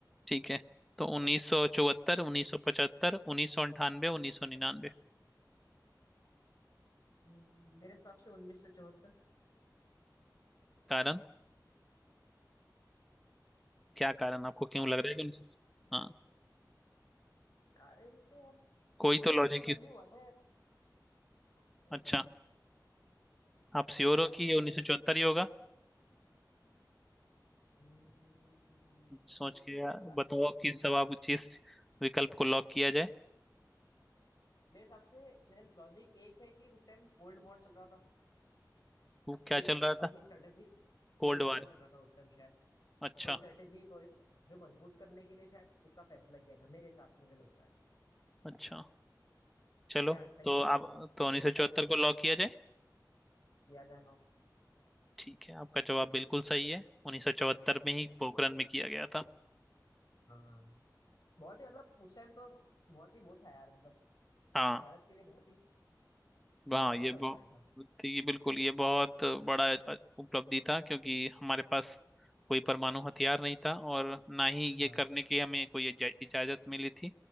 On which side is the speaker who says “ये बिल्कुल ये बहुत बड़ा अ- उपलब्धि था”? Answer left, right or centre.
Centre